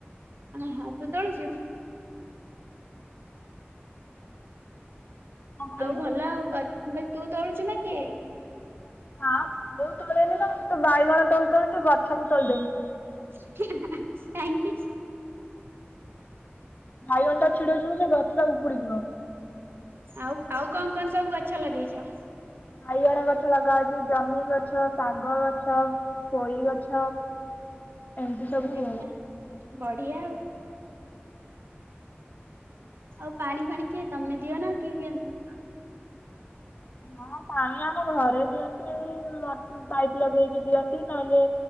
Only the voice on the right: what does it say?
<unintelligible>
ଆଉ ଭଲ ଆଉ ଗ ମୁ କହିଲି ତୁ ତୋଳୁଚୁ ନା କିଏ?
କାହିଁକି?
ଆଉ ଆଉ କଣ କଣ ସବୁ ଗଛ ଲଗେଇଚ?
ଆରେ ବା ବଢିଆ ଆଉ ଆଉ ପାଣି ଫାଣି କିଏ ତମେ ଦିଅ ନାଉ କିଏ ଦିଅନ୍ତିୁ?